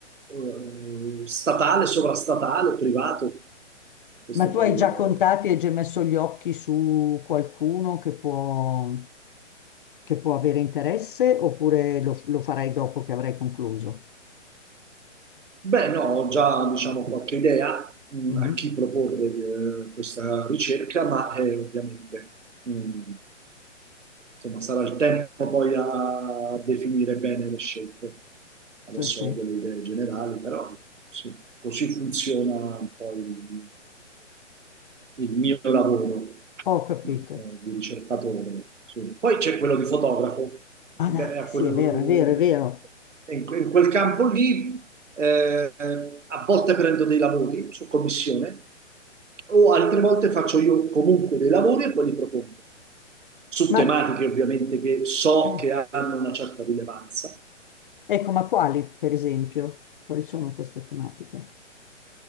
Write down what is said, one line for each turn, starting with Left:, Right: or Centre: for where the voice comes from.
Right: eh, statale, sovrastatale, privato. Questo
Left: Ma tu
Right: poi
Left: hai già
Right: è
Left: contati, hai già messo gli occhi su qualcuno che può, che può avere interesse oppure lo, lo farai dopo che avrai concluso?
Right: Beh, no, ho già diciamo, qualche idea mh,
Left: Mhm.
Right: a chi proporre eh, questa ricerca, ma eh, ovviamente mh, insomma, sarà il tempo poi a definire bene le scelte. Adesso
Left: Sì, sì,
Right: ho delle idee generali, però sì, così funziona un po' il il mio lavoro
Left: ho capito.
Right: eh, di ricercatore. sì. Poi c'è quello di fotografo.
Left: Ah,
Right: Beh,
Left: no,
Right: a
Left: sì,
Right: quel-
Left: è vero, è vero, è vero.
Right: eh, in, que- in quel campo lì eh, a volte prendo dei lavori su commissione o altre volte faccio io comunque dei lavori e poi li propongo su
Left: Ma
Right: tematiche ovviamente che so
Left: eh,
Right: che hanno una certa rilevanza.
Left: ecco, ma quali, per esempio? Quali sono queste tematiche?